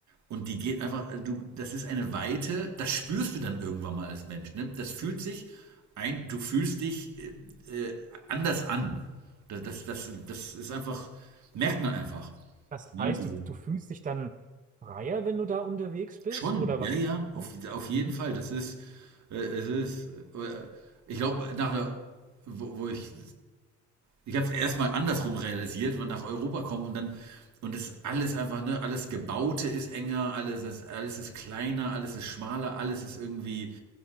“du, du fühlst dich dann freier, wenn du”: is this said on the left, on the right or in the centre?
Right